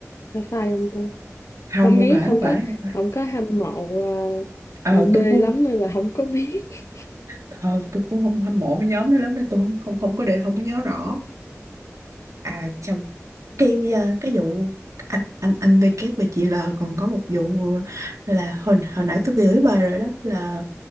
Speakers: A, on the left (about 65°); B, on the right (about 75°).
A: phải phai không ta
B: không
A: không
B: không
A: biết
B: phải
A: không
B: không phải
A: có
B: không phải
A: không có hâm mộ
B: ờ
A: à, à, B
B: tôi cũng
A: lắm
B: không
A: nên là không có biết <laughs>
B: ờ, tôi cũng không hâm mộ cái nhóm đó lắm nên tôi không không không có để không có nhớ rõ à trong cái ờ, cái vụ anh anh anh V K và chị L còn có một vụ là hồi hồi nãy tôi gửi bài rồi đó là